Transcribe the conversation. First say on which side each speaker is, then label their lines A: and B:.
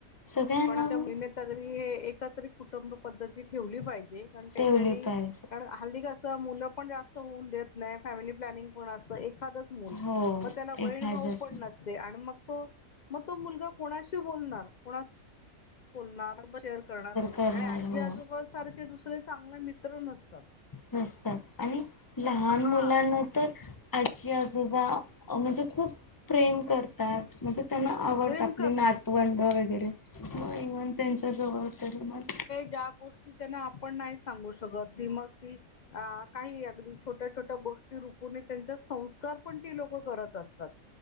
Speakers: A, on the left; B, on the left.
A: सगळ्यांना
B: पणं आता महिनेतगरी हे एकत्रित कुटुंब पद्धती ठेवली पाहिजे. हे पणं त्यांच्यानी
A: ठेवली पाहिजे
B: कारणं हल्ली मुलं पणं जास्तं होऊन देतं नाहीं फॅमिली प्लॅनिंग पणं असतं. एखादच मूल
A: हो
B: मंग त्यांना
A: एखादच
B: बहीण भाऊ पणं नसते आणि मग तो मग तो मुलगा कोणाशी बोलणारं, कोणाशी बोलणारं शेअर करणारं
A: करणार
B: आणि आजी
A: हो
B: आजोबांन सारखे दुसरें चांगलें मित्रं सुद्धा नसतात.
A: नसतात. आणि लहान
B: हा
A: मुलांना तर आजी आजोबा म्हणजे खूप प्रेम करतात म्हणजे त्यांना आवडतां
B: प्रेम
A: आपली
B: करतात
A: नातवंडं वगैरे मंग इव्हन त्यांच्यासोबत मग
B: त्या गोष्टी आपण त्यांना नाही सांगू शकत, ती माग ती काही अगदी छोट्या छोट्या गोष्टी रुपून त्यांचा संस्कारी पणं ती लोकं करत असतात.